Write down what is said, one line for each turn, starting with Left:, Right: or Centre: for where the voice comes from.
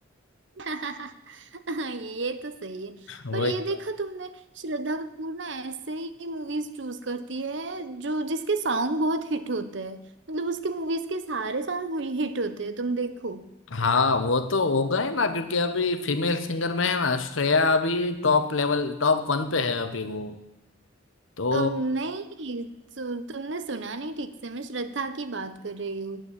Right: <laughs> ये तो सही है
Left: वो
Right: पर ये
Left: एक
Right: देखा तुमने श्रद्धा कपूर ना ऐसे ही मूवीज चूज करती है जो जिसके सॉन्ग बहुत हिट होते हैं मतलब उसके मूवीज के सारे सॉन्ग हिट होते हैं तुम देखो
Left: हाँ वो तो हो गए ना क्योंकि अभी फीमेल सिंगर में है ना श्रेया अभी टॉप लेवल टॉप वन पे है अभी वो तो
Right: अम, नहीं सु, तुमने सुना नहीं ठीक से मैं श्रद्धा की बात कर रही हूँ